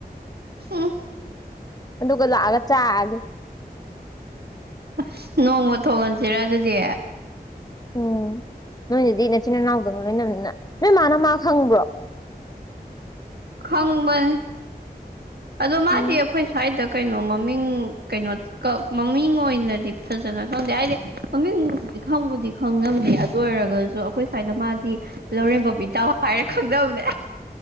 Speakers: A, on the right (about 75°); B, on the left (about 25°).
A: ꯍꯨꯝ
B: ꯑꯗꯨꯒ ꯂꯥꯛꯑꯒ ꯆꯥꯑꯒꯦ
A: ꯑꯁ ꯅꯣꯡꯃ ꯊꯣꯡꯍꯟꯁꯤꯔꯥ ꯑꯗꯨꯗꯤ
B: ꯎꯝ ꯅꯣꯏꯅꯗꯤ ꯅꯆꯤꯟ ꯏꯅꯥꯎꯗꯧꯅ ꯂꯣꯏꯅꯕꯅꯤꯅ ꯅꯣꯏ ꯃꯥꯅ ꯃꯥ ꯈꯪꯕ꯭ꯔꯣ
A: ꯈꯪꯕꯅꯦ ꯑꯗꯣ ꯃꯥꯗꯤ
B: ꯎꯝ
A: ꯑꯩꯈꯣꯏ ꯁ꯭ꯋꯥꯏꯗ ꯀꯩꯅꯣ ꯃꯃꯤꯡ ꯀꯩꯅꯣ ꯀ ꯃꯃꯤꯡ ꯑꯣꯏꯅꯗꯤ ꯐꯖꯅ ꯈꯪꯗꯦ ꯍꯥꯏꯗꯤ ꯃꯃꯤꯡꯕꯨꯗꯤ ꯈꯪꯕꯨꯗꯤ ꯈꯪꯅꯕꯅꯦ ꯑꯗꯨ ꯑꯣꯏꯔꯒꯁꯨ ꯑꯩꯈꯣꯏ ꯁ꯭ꯋꯥꯏꯗ ꯃꯥꯗꯤ ꯂꯧꯔꯦꯝꯕꯝ ꯏꯇꯥꯎ ꯍꯥꯏꯔ ꯈꯪꯅꯕꯅꯦ